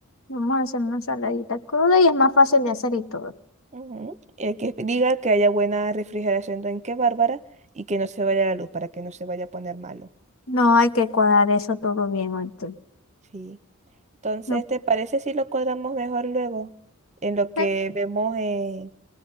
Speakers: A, on the left; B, on the right.
A: Vamos a hacer una ensaladita cruda y es más fácil de hacer y todo.
B: Ujú. Y hay que diga que haya buena refrigeración en qué bárbara y que no se vaya la luz para que no se vaya a poner malo.
A: No hay que cuadrar eso todo bien. ahorita.
B: Sí. Entonces,
A: No.
B: ¿te parece si lo cuadramos mejor luego? En lo que
A: eh,
B: vemos eh,